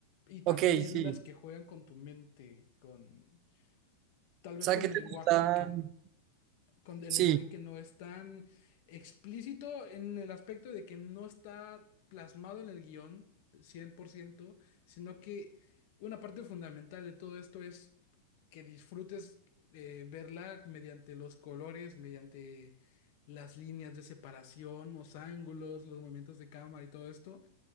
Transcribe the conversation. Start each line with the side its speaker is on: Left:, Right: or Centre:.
Left: Y también
Right: Ok, sí.
Left: las que juegan con tu mente, con tal vez
Right: O sea,
Left: con
Right: ¿qué
Left: el
Right: te
Left: lenguaje
Right: gustan?
Left: que con el
Right: Sí,
Left: lenguaje que no es tan explícito en el aspecto de que no está plasmado en el guión cien por ciento sino que una parte fundamental de todo esto es que disfrutes eh, verla mediante los colores, mediante las líneas de separación, los ángulos, los movimientos de cámara y todo esto.